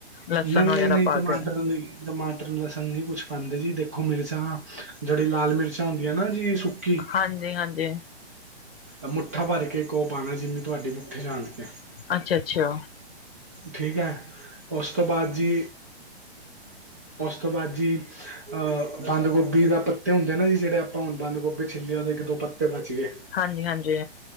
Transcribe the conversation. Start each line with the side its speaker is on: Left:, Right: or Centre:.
Left: ਲਸਣ
Right: ਨਹੀ
Left: ਵਗੈਰਾ
Right: ਨਹੀ ਨਹੀ
Left: ਪਾ
Right: ਟਮਾਟਰ
Left: ਕੇ
Right: ਨਹੀ। ਟਮਾਟਰ ਲਸਨ ਨੀ ਕੁਛ ਪਾਂਦੇ ਜੀ ਦੇਖੋ ਮਿਰਚਾਂ ਜਿਹੜੀ ਲਾਲ ਮਿਰਚਾਂ ਹੁੰਦੀਆਂ ਨਾ ਜੀ ਸੁੱਕੀ।
Left: ਹਾਂਜੀ-ਹਾਂਜੀ
Right: ਮੁੱਠਾ ਭਰ ਕੇ ਕੋ ਪਾਣਾ ਜਿੰਨੀ ਤੁਹਾਡੀ ਮੁੱਠੀ ਚ ਆਂਦੀਆਂ ਏ।
Left: ਅੱਛਾ ਅੱਛਾ।
Right: ਠੀਕ ਏ। ਓਸ ਤੋਂ ਬਾਅਦ ਜੀ ੳਸ ਤੋ‌ ਬਾਅਦ ਜੀ। ਅ ਬੰਦ ਗੋਭੀ ਦਾ ਪੱਤੇ ਹੁੰਦੇ ਨਾ ਜੀ ਜੇਹੜੇ ਆਪਾਂ ਹੁਨ ਬੰਦ ਗੋਭੀ ਛਿਲੀ ਓਦੇ ਇੱਕ ਦੋ ਪੱਤੇ ਬੱਚ ਗਏ।
Left: ਹਾਂਜੀ ਹਾਂਜੀ।